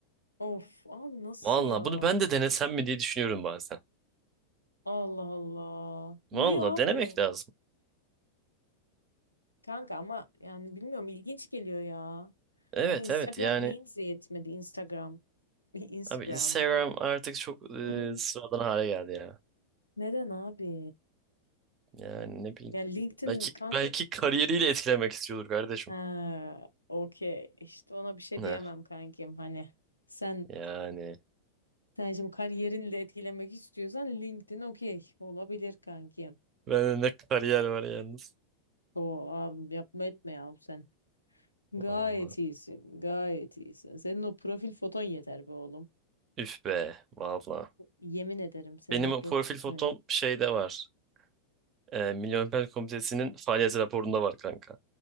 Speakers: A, on the left; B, on the right.
A: Of abi nasıl
B: Valla
A: ya
B: bunu ben de denesem mi diye düşünüyorum bazen.
A: Allah Allah
B: Valla
A: niye abi?
B: denemek lazım.
A: Kanka ama yani bilmiyorum ilginç geliyor ya.
B: Evet
A: Abi Instagram
B: evet yani
A: neyinize yetmedi Instagram. <laughs> Instagram.
B: abi Instagram artık çok e,
A: Hı.
B: sıradan hale geldi ya.
A: Neden abi?
B: Yani ne bileyim.
A: Yani LinkedIn
B: Belki
A: kanka
B: belki kariyeriyle etkilemek istiyordur kardeşim.
A: ha, okey işte ona bir şey
B: Ne
A: diyemem kankim hani sen
B: yani.
A: sen şimdi kariyerinle etkilemek istiyorsan LinkedIn okey olabilir kankim.
B: Bende ne kariyer var yalnız.
A: O abi yapma etme ya sen. Gayet
B: Valla.
A: iyisin, gayet iyisin. Senin o profil foton yeter be oğlum.
B: Üf be valla.
A: Yemin ederim senin
B: Benim
A: o profil
B: o profil
A: foton.
B: fotom şeyde var. E, Milli Olimpiyat Komitesi'nin faaliyet raporunda var kanka.